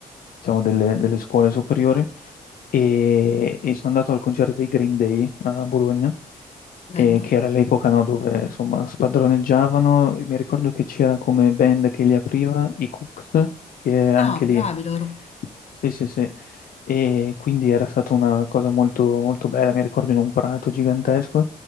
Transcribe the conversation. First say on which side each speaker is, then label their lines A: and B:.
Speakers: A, on the left; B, on the left.
A: diciamo, delle delle scuole superiori. e, e sono andato al concerto dei Green Day eh, a Bologna,
B: Bello?
A: e che era l'epoca no, dove insomma spadroneggiavano. e mi ricordo che c'era come band che li apriva i Cooks, che anche
B: Ah,
A: lì.
B: bravi loro.
A: Sì, sì, sì. E quindi era stata una cosa molto, molto bella. Mi ricordo in un prato gigantesco, un